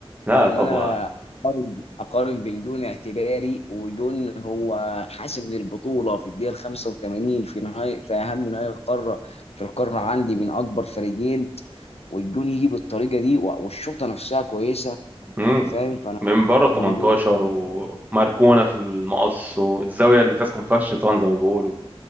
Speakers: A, on the right (about 15°); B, on the left (about 75°).
A: لا
B: لما
A: طبعا
B: انا اقارن أقارن بين جون اعتباري وجون هو حاسم للبطوله في الدقيقه ال 85 في نهايه في اهم نهائي القاره في القاره عندي من اكبر فريقين والجون يجي بالطريقه دي و- والشوطه نفسها كويسه
A: مم.
B: انت فاهم فانا
A: من بره 18
B: إن جون
A: وماركونا في المقص والزاويه اللي تسكن فيها الشيطان زي ما بيقولوا